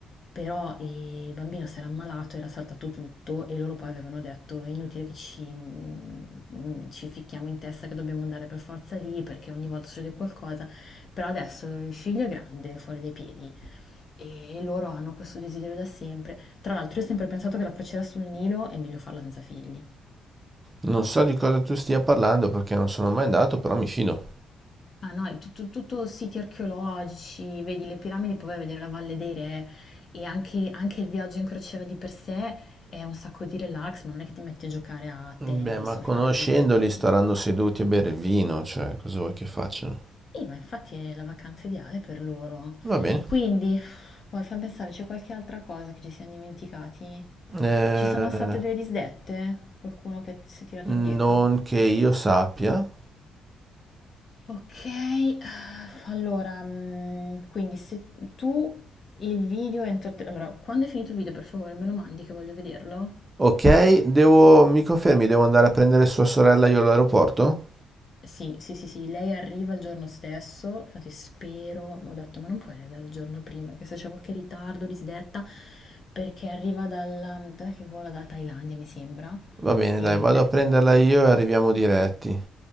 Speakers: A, on the left (about 45°); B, on the right (about 25°).
A: però il bambino si era ammalato, era saltato tutto e loro poi avevano detto: è inutile che ci, mm, ci ficchiamo in testa che dobbiamo andare per forza lì perché ogni volta succede qualcosa. Però adesso il figlio è grande, fuori dai piedi. E loro hanno questo desiderio da sempre. Tra l'altro, io ho sempre pensato che la crociera sul Nilo è meglio farla senza figli.
B: Non so di cosa tu stia parlando perché non sono mai andato, però mi fido.
A: Ma no, è tutto, tutto siti archeologici, vedi le piramidi, poi vai a vedere la Valle dei Re e anche, anche il viaggio in crociera di per sé è un sacco di relax, ma non è che ti metti a giocare a
B: Beh,
A: tennis
B: ma conoscendoli
A: o fare attività sportive.
B: staranno seduti a bere il vino, cioè, cosa vuoi che facciano?
A: E ma infatti è la vacanza ideale per loro.
B: Va bene.
A: Quindi, poi fammi pensare, c'è qualche altra cosa che ci siamo dimenticati?
B: Eh,
A: Ci sono state delle disdette? Qualcuno che si è tirato
B: non
A: indietro?
B: che io sappia.
A: Ok, eh, allora, mm, quindi se tu il video entro... tre- Allora, quando è finito il video, per favore, me lo mandi che voglio vederlo?
B: Ok, devo... mi confermi, devo andare a prendere sua sorella io all'aeroporto?
A: Sì, sì, sì, sì, lei arriva il giorno stesso, infatti spero, ho detto, ma non puoi arrivare il giorno prima, che se c'è qualche ritardo, disdetta, perché arriva dalla... dov'è che vola dalla Thailandia, mi sembra,
B: Va bene,
A: e
B: dai, vado
A: beh,
B: a prenderla io e arriviamo diretti.